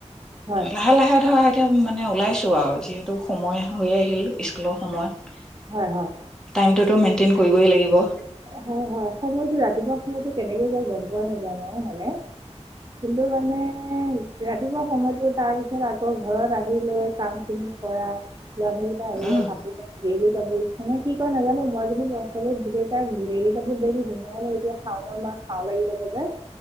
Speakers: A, on the right; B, in the centre.
A: হয়
B: লাহে লাহে ধৰা এতিয়া মানে ওলাইছো আৰু যিহেতু সময় হৈয়ে আহিল স্কুলৰ সময়ত
A: হয় হয়
B: টাইমটোতো মেইনটেইন কৰিবই লাগিব
A: হয় হয় সময়তটো ৰাতিপুৱা সময়তো কেনেকে যায় গম পোৱা নাজানো মানে কিন্তু মানে ৰাতিপুৱা সময়তটো তাৰপিছত আকৌ ঘৰত আহি লৈ কাম খিনি কৰা লালা আহিলে
B: উম
A: কাপোৰ ক ডেইল কাপোৰ মানে কি কয় নাজানো মই যো ল'ৰা ছোৱাল বো ডেইলি কাপোৰ ডেইলি ধুমে এতিয়াাওনৰ মা খাও লাগি যাব যে